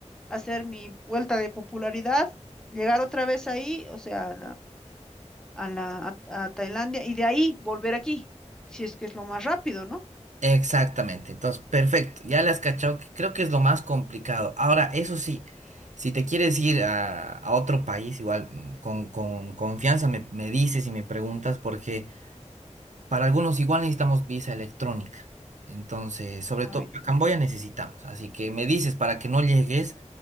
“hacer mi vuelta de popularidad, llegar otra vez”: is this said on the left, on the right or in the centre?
Centre